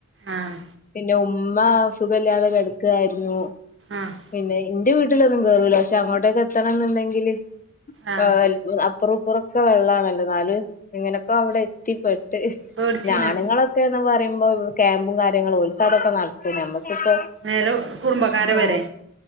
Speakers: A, on the right; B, on the left.
A: ആഹ്
B: പിന്നെ ഉമ്മ സുഖല്ലാതെ കിടക്കായിന്നു
A: ആഹ്
B: പിന്നെ എന്റെ വീട്ടിലൊന്നു കേറൂല പക്ഷെ അങ്ങോട്ടേക്കെ എത്തണം ന്നുണ്ടെങ്കില്
A: ആഹ്
B: വാ ആ അപ്പുറപ്പുറം ഒക്കെ വള്ളണ്ള്ളത് ന്നാലും ഇങ്ങനൊക്കെ അവിടെ എത്തിപെട്ട് ഹ്
A: പേടിച്ചീനോ
B: ഞാനുണുങ്ങളൊക്കെന്ന് പറ പറയ്പൊ ക്യാമ്പും കാര്യങ്ങളു ഒരുക്കൽതൊക്കെ നടക്കും
A: ആഹ്
B: നമ്മക്കിപ്പോ
A: നേരെ കുടുംബക്കാരെ
B: ആ
A: പെരേ